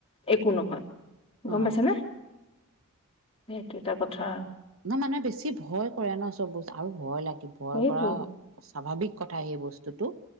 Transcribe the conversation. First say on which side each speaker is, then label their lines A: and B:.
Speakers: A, on the left; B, on the right.
A: একো নহয়
B: অ
A: গম পাইছে নে। সেইটো এটা কথা
B: মানুহে বেছি ভয় কৰে ন চব বস্তু আৰু ভয় লাগিব ভয়
A: সেইটো
B: কৰা স্বাভাৱিক কথা সেই বস্তুটো